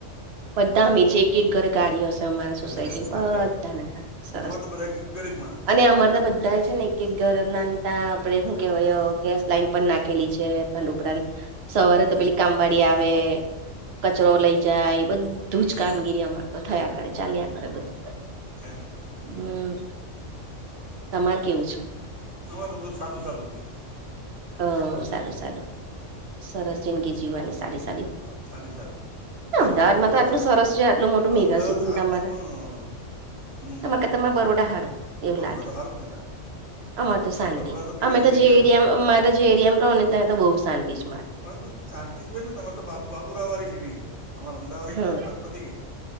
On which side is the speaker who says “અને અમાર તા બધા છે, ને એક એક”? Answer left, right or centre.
Right